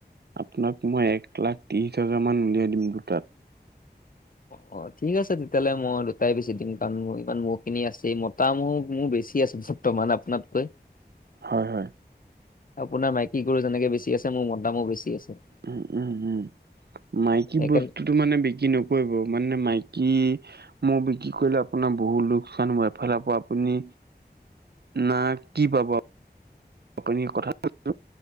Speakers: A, on the right; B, on the left.
A: আপোনাক মই এক লাখ ত্ৰিশ হাজাৰ মান উলিয়াই দিম দুটাত।
B: অ, অ, ঠিক আছে তেতিয়াহ'লে, মই দুটাই বেচি দিম কাৰণ মোৰ ইমান ম'হ খিনি আছেই মতা ম'হ মোৰ বেছি আছে। ত, মান আপোনাতকৈ।
A: হয়, হয়।
B: আপোনাৰ মাইকী গৰু যেনেকে বেছি আছে, মোৰ মতা ম'হ বেছি আছে।
A: উম, উম, উম, মাইকি
B: সেইকাৰণে
A: বস্তু টো, মানে বিক্ৰী নকৰিব মানে মাইকী ম'হ বিক্ৰী কৰিলে আপোনাৰ বহুত, লোকচান এফালৰ পৰা আপুনি না, কি পাব? আপুনি কথা এটা,